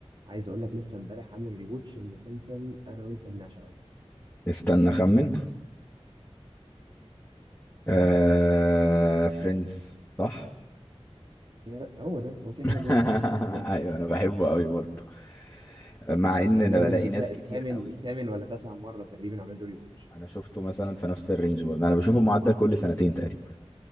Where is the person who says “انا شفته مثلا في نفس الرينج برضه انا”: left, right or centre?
Left